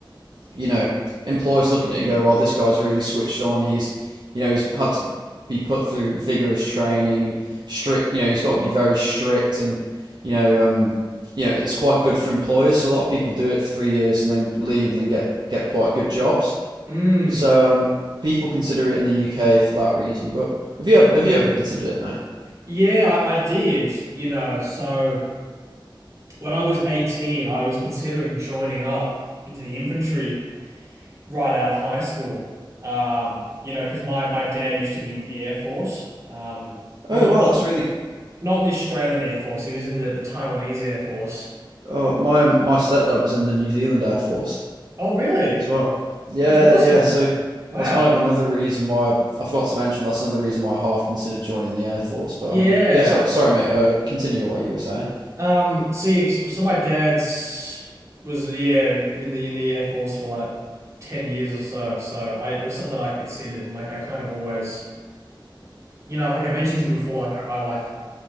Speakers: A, on the right; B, on the right.
A: you know, employers look at it and go, "Well, this guy's really switched on. He's, you know, he's had to be put through vigorous training and strict. You know, he's got to be very strict, and you know, um, you know, it's quite good for employers. So a lot of people do it for three years and then leave and then get get quite good jobs.
B: mm,
A: So um, people consider it in the UK for that reason. But have you ever have you ever considered it, mate?
B: yeah, I, I did. You know, so when I was 18, I was considering joining up into the infantry. right out of high school. Um, you know, because my my dad used to be in the Air Force. Um, not
A: Oh wow,
B: not
A: that's really.
B: not in the Australian Air Force. He was in the the Taiwanese Air Force.
A: Oh, my um, my stepdad was in the New Zealand Air Force
B: Oh, really?
A: as well. Yeah,
B: That's awesome.
A: yeah. So
B: Wow.
A: that's kind of another reason why I forgot to mention. But that's another reason why I half considered joining the Air Force. But
B: Yeah.
A: um, yeah. Sorry, sorry, mate. Uh, continue what you were saying.
B: Um, see, so so my dad's was yeah in in the in the Air Force for like 10 years or so. So I it was something that I considered and like I kind of always, you know, like I mentioned to you before, like I, I like